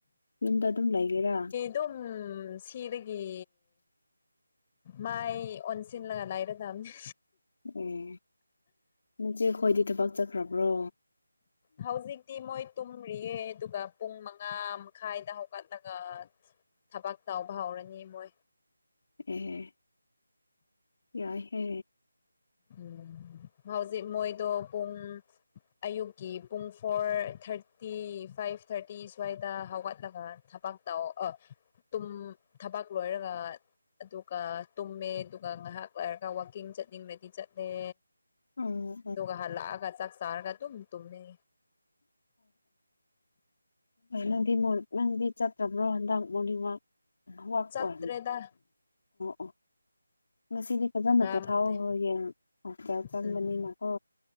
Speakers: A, on the left; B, on the left.
A: ꯌꯨꯝꯗ ꯑꯗꯨꯝ ꯂꯩꯒꯦꯔꯥ
B: ꯇꯨꯝ ꯁꯤꯗꯒꯤ ꯃꯥꯏ ꯑꯣꯟꯁꯤꯟꯂꯒ ꯂꯥꯏꯔꯗꯝꯅꯤ
A: ꯎꯝ ꯅꯆꯦ ꯈꯣꯏꯗꯤ ꯊꯕꯛ ꯆꯠꯈ꯭ꯔꯕ꯭ꯔꯣ
B: ꯍꯧꯖꯤꯛꯇꯤ ꯃꯣꯏ ꯇꯨꯝꯔꯤꯌꯦ ꯑꯗꯨꯒ ꯄꯨꯡ ꯃꯉꯥ ꯃꯈꯥꯏꯗ ꯍꯧꯒꯠꯂꯒ ꯊꯕꯛ ꯇꯥꯎꯕ ꯍꯧꯔꯅꯤ ꯃꯣꯏ
A: ꯑꯦ ꯌꯥꯏꯍꯦ
B: ꯎꯝ ꯍꯧꯖꯤꯛ ꯃꯣꯏꯗꯣ ꯄꯨꯡ ꯑꯌꯨꯛꯀꯤ ꯄꯨꯡ ꯐꯣꯔ ꯊꯥꯔꯇꯤ ꯐꯥꯏꯚ ꯊꯥꯔꯇꯤ ꯁ꯭ꯋꯥꯏꯗ ꯍꯧꯒꯠꯂꯒ ꯊꯕꯛ ꯇꯥꯎ ꯑ ꯇꯨꯝ ꯊꯕꯥꯛ ꯂꯣꯏꯔꯒ ꯑꯗꯨꯒ ꯇꯨꯝꯃꯦ ꯑꯗꯨꯒ ꯉꯥꯏꯍꯥꯛ ꯂꯩꯔꯒ ꯋꯥꯛꯀꯤꯡ ꯆꯠꯅꯤꯡꯔꯦ ꯆꯠꯂꯦ
A: ꯎꯝ
B: ꯗꯨꯒ ꯍꯜꯂꯛ ꯑꯒ ꯆꯥꯛ ꯆꯔꯒ ꯗꯨꯝ ꯇꯨꯝꯃꯦ
A: ꯅꯪꯗꯤ ꯅꯪꯗꯤ ꯆꯠꯇ꯭ꯔꯕ꯭ꯔꯣ ꯍꯟꯗꯛ ꯃꯣꯔꯅꯤꯡ ꯋꯥꯛ
B: ꯆꯠꯇ꯭ꯔꯦꯗ
A: <unintelligible> ꯑꯣ ꯑꯣ ꯉꯁꯤꯗꯤ ꯐꯖꯅ
B: ꯉꯝꯗꯦ
A: ꯄꯣꯊꯥꯎ ꯍꯣꯏ ꯌꯦꯡꯉꯣ ꯍꯣꯁꯇꯦꯜ ꯆꯪꯕꯅꯤꯅꯀꯣ
B: ꯎꯝ